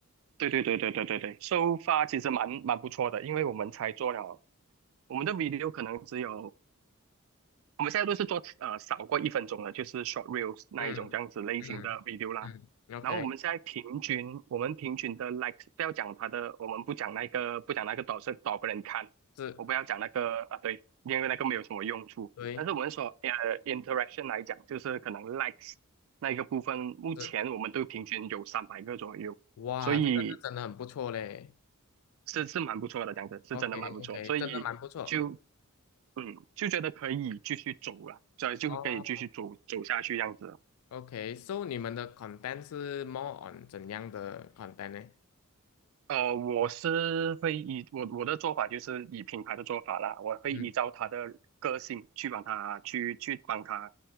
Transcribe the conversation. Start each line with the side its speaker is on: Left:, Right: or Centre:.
Right: 对对对对对对对，收发其实蛮蛮不错的，因为我们才做了，我们的 video 可能只有我们现在都是做呃少过一分钟的，就是 short reels 那一种这样子类型的
Left: 嗯嗯嗯，OK，
Right: video 啦。然后我们现在平均，我们平均的 likes 不要讲它的，我们不讲那个不讲那个多少多少个人看，
Left: 是，
Right: 我不要讲那个啊对，因为那个没有什么用处。
Left: 对。
Right: 但是我们说呃 interaction 来讲，就是可能 likes 那一个部分，目前我们都平均有三百个左右，
Left: 是，哇，
Right: 所以
Left: 这个是真的很不错嘞。
Right: 是是蛮不错的，讲的是真的蛮不错，
Left: OK OK，
Right: 所以。
Left: 真的蛮不错。
Right: 就嗯，就觉得可以继续走了，这就可以继续走走下去样子。
Left: 哦，OK，so 你们的 content 是 more on 怎样的 content 呢？
Right: 呃，我是会以我我的做法就是以品牌的做法啦，我会依照他的个性去帮他去去帮他，
Left: 嗯，